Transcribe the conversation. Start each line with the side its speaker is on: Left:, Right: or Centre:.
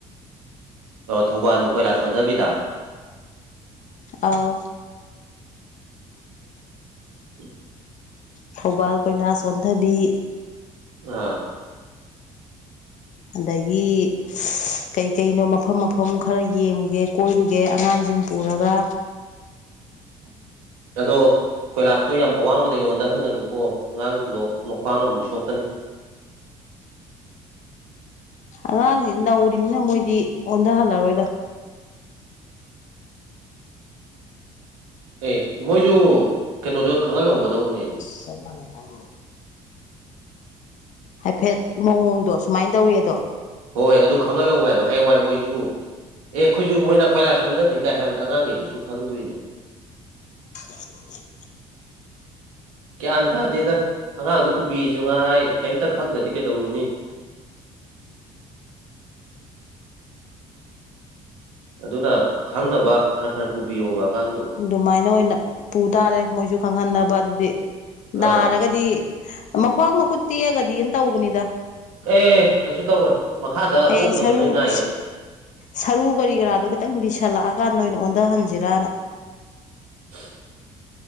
Right: ꯊꯧꯕꯥꯜ ꯀꯣꯏꯂꯥꯁ ꯁꯣꯟꯊꯕꯤꯗ
Left: ꯑꯥꯎ
Right: <unintelligible>
Left: ꯊꯧꯕꯥꯜ ꯀꯣꯏꯂꯥꯁ ꯁꯣꯟꯊꯕꯤ
Right: ꯑꯥ
Left: ꯑꯗꯒꯤ ꯀꯩ ꯀꯩꯅꯣ ꯃꯐꯝ ꯃꯐꯝ ꯈꯔ ꯌꯦꯡꯉꯨꯒꯦ ꯀꯣꯏꯔꯨꯒꯦ ꯑꯉꯥꯡꯁꯤꯡ ꯄꯨꯔꯒ
Right: <inaudible> ꯑꯗꯣ ꯀꯣꯏꯂꯥꯁꯇꯣ ꯌꯥꯝ ꯑꯋꯥꯡꯕꯗꯩꯗꯤ ꯑꯣꯟꯊꯍꯟꯒꯅꯨꯀꯣ ꯑꯉꯥꯡꯁꯤꯡꯗꯣ ꯃꯈ꯭ꯋꯥꯡ ꯑꯃꯨꯛ ꯁꯣꯛ ꯀꯅꯤ
Left: ꯑꯉꯥꯡꯁꯤ ꯅꯧꯔꯤꯅꯤꯅ ꯃꯣꯏꯗꯤ ꯑꯣꯟꯊꯍꯜꯂꯔꯣꯏꯗ
Right: ꯑꯦ ꯃꯣꯏꯁꯨ ꯀꯩꯅꯣꯗꯣ ꯈꯪꯍꯜꯍꯧꯒꯗꯧꯅꯦ
Left: ꯆꯠ ꯃꯅ ꯍꯥꯏ ꯍꯥꯏꯐꯦꯠ ꯃꯑꯣꯡꯗꯣ ꯁꯨꯃꯥꯏꯅ ꯇꯧꯋꯦꯗꯣ
Right: ꯍꯣꯏ ꯑꯗꯨ ꯈꯪꯍꯜꯂꯛꯎ ꯍꯥꯏꯕ ꯍꯌꯦꯡꯋꯥꯏ ꯃꯣꯏꯁꯨ ꯑꯦ ꯑꯩꯈꯣꯏꯁꯨꯨ ꯃꯣꯏꯅ ꯀꯣꯏꯂꯥꯁ ꯑꯣꯟꯗꯕꯤꯔꯤ ꯀꯥꯏ ꯍꯥꯏꯕꯗ ꯑꯉꯥꯡꯈꯩꯗꯨꯁꯨ ꯈꯪꯗꯣꯏꯅꯦ
Left: <unintelligible>
Right: o ꯒ꯭ꯌꯥꯟ ꯇꯥꯗꯦꯗ ꯑꯉꯥꯡꯗ ꯄꯨꯕꯤꯔꯤꯁꯨ ꯉꯥꯏꯍꯥꯏ ꯀꯔꯤꯝꯇ ꯈꯪꯗ꯭ꯔꯗꯤ ꯀꯩꯗꯧꯔꯨꯅꯤ <inaudible> ꯑꯗꯨꯅ ꯈꯪꯅꯕ ꯈꯔ ꯈꯔ ꯄꯨꯕꯤꯌꯣꯕ ꯑꯉꯥꯡꯗꯣ
Left: ꯑꯗꯨꯃꯥꯏꯅ ꯑꯣꯏꯅ ꯄꯨ ꯇꯥꯔꯦ ꯃꯣꯏꯁꯨ ꯈꯪꯍꯟꯅꯕ ꯑꯗꯨꯗꯤ ꯅꯥꯔꯒꯗꯤ
Right: ꯑꯥ
Left: ꯃꯈ꯭ꯋꯥꯡ ꯃꯈꯨꯠ ꯇꯦꯛꯑꯒꯗꯤꯅ ꯇꯧꯕꯅꯤꯗ
Right: ꯑꯦ ꯀꯩꯁꯨ ꯇꯧꯔꯣꯏ ꯃꯈꯥꯗ
Left: ꯍꯌꯦꯡ
Right: ꯑꯣꯛꯅꯕ
Left: ꯁꯔꯨꯛ
Right: ꯅꯣꯏ ꯉꯥꯏꯌꯣ
Left: ꯁꯔꯨ ꯀꯔꯤ ꯀꯔꯥꯗꯣ ꯈꯤꯇꯪ ꯤꯁꯜꯂꯛꯑꯀꯥꯟꯗ ꯑꯣꯏꯅ ꯑꯣꯟꯊꯍꯟꯁꯤꯔꯅ
Right: <inaudible>